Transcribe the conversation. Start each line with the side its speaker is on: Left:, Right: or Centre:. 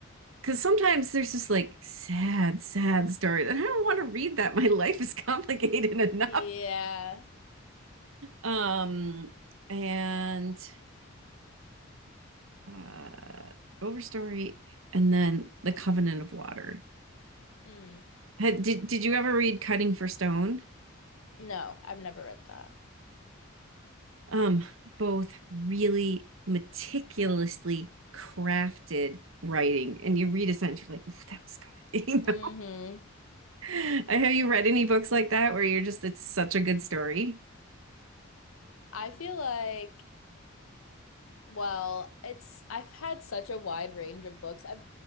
Right: Because sometimes there's just like sad, sad stories, and I don't want to read that. <laughs> My life is complicated <laughs> enough.
Left: yeah,
Right: Um, and uh, Overstory, and then The Covenant of Water.
Left: mm.
Right: Had, did did you ever read Cutting for Stone?
Left: No, I've never read that.
Right: Um, both really meticulously crafted writing, and you read a sentence, you're like, "Ooh, that was good. <laughs> You
Left: Mm-hmm.
Right: know? Have you read any books like that where you're just, it's such a good story?
Left: I feel like Well, it's I've had such a wide range of books. I've